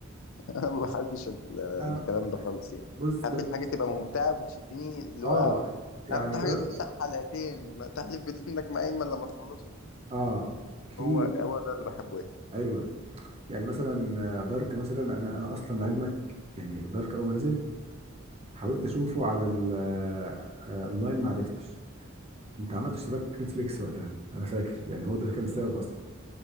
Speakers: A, on the left; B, on the right.
A: انا ما بحبش ال-
B: اه
A: الكلام ده خالص يعني
B: بص
A: حابب الحاجه تبقى ممتعه وبتشدني اللي
B: اه
A: هو
B: يعني
A: عارف انت حاجه
B: دارت
A: تفتح حلقتين ما تحلف بالله انك مقيمن لما تخلصه
B: اه كتير
A: هو هو ده اللي بحبه يعني
B: ايوه يعني مثلا آه، دارك مثلا انا انا اصلا لعلمك يعني دارك اول ما نزل حاولت اشوفه على ال- آه، آه، اونلاين ما عرفتش كنت عملت اشتراك نتفليكس وقتها انا فاكر يعني هو ده كان السبب اصلا